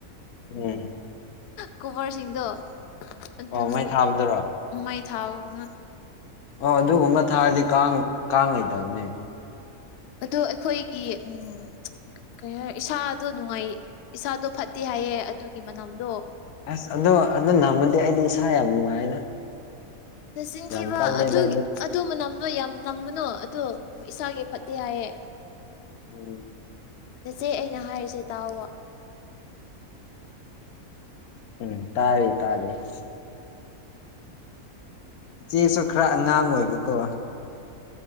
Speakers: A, on the left; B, on the left.
A: ꯎꯝ
B: ꯀꯣꯕꯔꯁꯤꯡꯗꯣ ꯑꯗꯨꯗꯣ
A: ꯑꯣ ꯃꯩ ꯊꯥꯕꯗꯨꯔꯣ
B: ꯃꯩ ꯊꯥꯕꯒꯨꯝꯕ
A: ꯑꯣ ꯑꯗꯨꯒꯨꯝꯕ ꯊꯥꯔꯗꯤ ꯀꯥꯡ ꯀꯥꯡ ꯂꯩꯇꯕꯅꯦ
B: ꯑꯗꯣ ꯑꯩꯈꯣꯏꯒꯤ ꯎꯝ ꯀꯩ ꯍꯥꯏ ꯏꯁꯥꯗꯣ ꯅꯨꯡꯉꯥꯏ ꯏꯁꯥꯗꯣ ꯐꯠꯇꯦ ꯍꯥꯏꯌꯦ ꯑꯗꯨꯒꯤ ꯃꯅꯝꯗꯣ
A: ꯑꯁ ꯑꯗꯣ ꯑꯗꯨ ꯅꯝꯃꯗꯤ ꯑꯩꯗꯤ ꯏꯁꯥ ꯌꯥꯝ ꯅꯨꯡꯉꯥꯏꯗ
B: ꯅꯆꯤꯟꯊꯤꯕ
A: ꯌꯥꯝ ꯀꯜꯂꯦꯗ
B: ꯑꯗꯨꯒꯤ ꯑꯠ ꯑꯗꯨ ꯃꯅꯝꯗꯣ ꯌꯥꯝ ꯅꯝꯒꯅꯨ ꯑꯗꯨ ꯏꯁꯥꯒꯤ ꯐꯠꯇꯦ ꯍꯥꯏꯌꯦ
A: ꯎꯝ
B: ꯅꯥꯆꯦ ꯑꯩꯅ ꯍꯥꯏꯔꯤꯁꯦ ꯇꯥꯎꯑꯣ
A: ꯎꯝ ꯇꯥꯔꯦ ꯇꯥꯔꯦ ꯏꯆꯦꯁꯨ ꯈꯔ ꯑꯉꯥꯡ ꯑꯣꯏꯕꯀꯣ